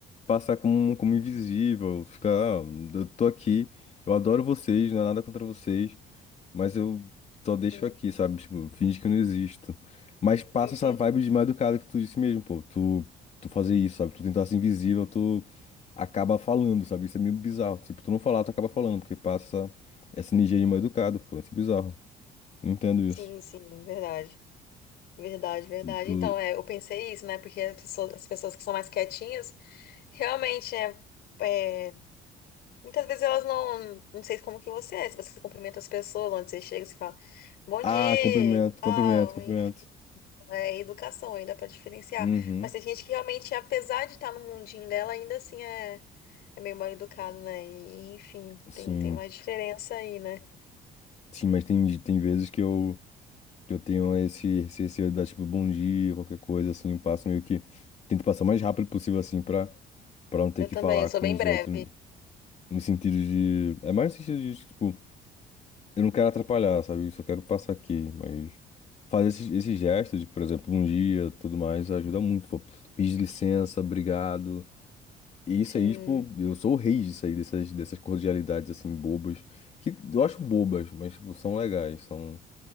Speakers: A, on the left; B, on the left.
A: passar como, como invisível. Ficar, ah, eu tô aqui, eu adoro vocês, não é nada contra vocês, mas eu só deixo
B: Hum,
A: aqui, sabe? Tipo, finge que eu não existo. Mas passa
B: entendi,
A: essa vibe de mal educado que tu disse mesmo, pô. Tu, tu fazer isso, sabe? Tu tentar ser invisível, tu acaba falando, sabe? Isso é meio bizarro. Tipo, tu não falar, tu acaba falando, porque passa essa, essa energia de mal educado, pô. Isso é bizarro. Não entendo isso.
B: sim, sim, verdade. Verdade, verdade.
A: tu tu,
B: Então, é, eu pensei isso, né? Porque as pessoas, as pessoas que são mais quietinhas, realmente, né? é, Muitas vezes elas não, não sei como que você é, se você cumprimenta as pessoas, onde você chega, você fala, bom
A: Ah,
B: dia,
A: cumprimento,
B: tal,
A: cumprimento, cumprimento.
B: enfim, é educação, aí dá pra diferenciar.
A: Uhum,
B: Mas tem gente que realmente, apesar de estar no mundinho dela, ainda assim é, é meio mal educado, né? E, enfim,
A: sim.
B: tem, tem uma diferença aí, né?
A: Sim, mas tem, tem vezes que eu, que eu tenho esse, esse receio de dar, tipo, bom dia, qualquer coisa, assim, eu passo meio que... Tento passar o mais rápido possível, assim, pra, pra não ter
B: Eu
A: que
B: também,
A: falar
B: eu sou
A: com
B: bem
A: os
B: breve.
A: outros, no sentido de... É mais no sentido de, tipo, eu não quero atrapalhar, sabe? Eu só quero passar aqui, mas... Fazer esse, esse gesto de, por exemplo, bom dia, tudo mais, ajuda muito, pô. Pedir licença, obrigado E
B: Sim.
A: isso aí, tipo, eu sou o rei disso aí, dessas, dessas cordialidades, assim, bobas. Que eu acho bobas, mas, tipo, são legais, são,